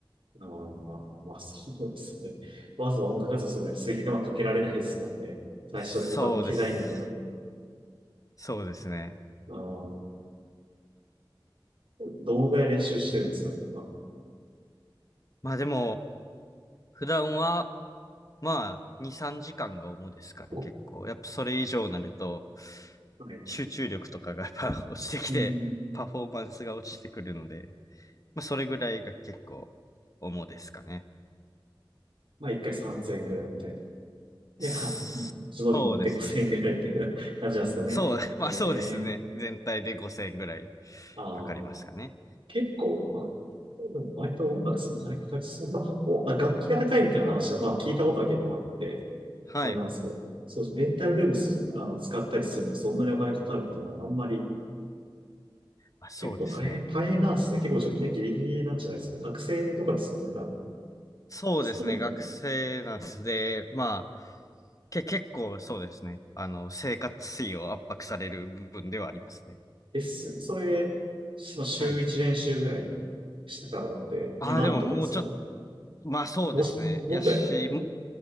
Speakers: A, on the right (about 80°); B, on the left (about 40°).
A: あーまあ、まあ、そうですね。わざわざ音楽活動するのに水源はかけられないですもんね。最初で他の機材なんだとか。
B: そうです。そうですね。
A: あーどのぐらい練習してるんですか今。
B: まあ、でも、普段は、まあ、2、3時間が主ですかね、
A: は
B: 結構。やっぱそれ以上になると、
A: い。
B: 集中力とかがやっぱ <laughs> 落ちてきて、
A: うん。
B: パフォーマンスが落ちてくるので、まあ、それぐらいが結構主ですかね。
A: まあ、一回3000円ぐらいみたいな。
B: そそうですね。
A: で、あ、忍びに行って5せ0 0円ぐらいみたいな感じなんですかね。
B: そう、<laughs> まあそうですね。
A: ええ
B: 全体で5000ぐらい
A: ああ
B: かかりますかね。
A: 結構、まあ、でも割と音楽するのにかかりそう。まあ、おまあ楽器が高いみたいな話は、まあ、聞いたことは結構あって、
B: はい。
A: あれなんですけど、そう、レンタルルームす、あの、使ったりするのにそんなにお金かかるっていうのは、あんまり、
B: あ、そうですね。
A: 結構大変、大変なんですね。結構じゃあみんなギリギリなんじゃないですか。学生とかですよね、多分。
B: そうですね。
A: そうでも、
B: 学生なんで、まあ、け、結構そうですね。あの、生活費を圧迫される部分ではありますね。
A: ですよね。それ、その週1練習ぐらい
B: はい。
A: してたらだって、
B: ああ、
A: 2万とかですよね。
B: でももうちょっと、まあそうですね。
A: もうちょ、
B: やし、
A: もっとやる
B: も